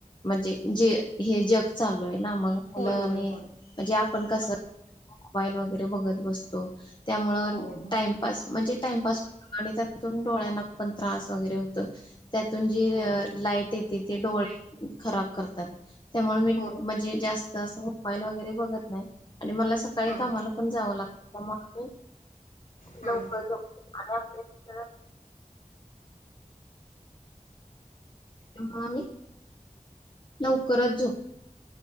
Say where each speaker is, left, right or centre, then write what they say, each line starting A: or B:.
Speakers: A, on the left; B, on the left.
A: म्हणजे जे हे जग चालू आहे ना मग मुलं
B: होय
A: आणि
B: होय होय
A: म्हणजे आपण कस मोबाईल वगैरे बघत बसतो त्यामुळं
B: हो हो
A: टाईमपास म्हणजे टाईमपास होत आणि त्यातून डोळ्यांना पण त्रास वगैरे होत त्या जे
B: होय
A: लाईट येते ते डोळे खराब करतात त्यामुळे मी
B: होय
A: म्हणजे जास्त असं मोबाईल वगैरे बघत नाही आणि मला सकाळी
B: हां
A: कामाला पण जावं लागतं त्यामुळे
B: हां
A: लवकर झोपते आणि लवकर आपल्या त्यामुळे आम्ही लवकरच झोपतो